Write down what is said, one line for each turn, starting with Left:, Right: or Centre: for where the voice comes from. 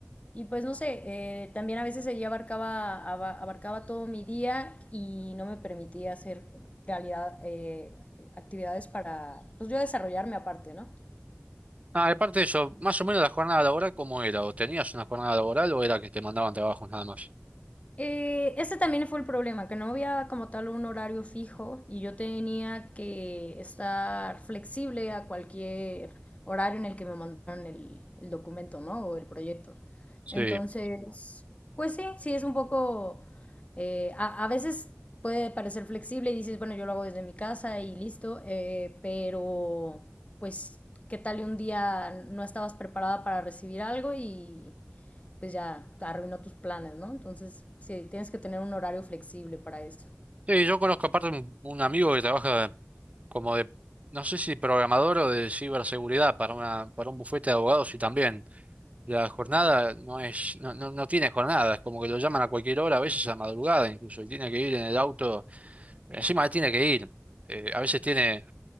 Left: y, pues no sé, eh, también a veces ella abarcaba, aba- abarcaba todo mi día y no me permitía hacer realidad eh, actividades para, pues yo desarrollarme aparte, ¿no?
Right: Ah, aparte de eso, más o menos la jornada laboral, ¿cómo era? ¿O tenías una jornada laboral o era que te mandaban trabajos nada más?
Left: Eh, ese también fue el problema, que no había como tal un horario fijo y yo tenía que estar flexible a cualquier horario en el que me mandaran el, el documento, ¿no? O el proyecto.
Right: Sí.
Left: Entonces, pues sí, sí es un poco, eh, a, a veces puede parecer flexible y dices, bueno, yo lo hago desde mi casa y listo, eh, pero pues, ¿qué tal y un día no estabas preparada para recibir algo y pues ya te arruinó tus planes, ¿no? Entonces, sí, tienes que tener un horario flexible para eso.
Right: Sí, yo conozco aparte un, un amigo que trabaja como de, no sé si programador o de ciberseguridad para una, para un bufete de abogados y también la jornada no es, no, no, no tiene jornada, es como que lo llaman a cualquier hora, a veces a madrugada incluso, y tiene que ir en el auto, encima tiene que ir. Eh, a veces tiene,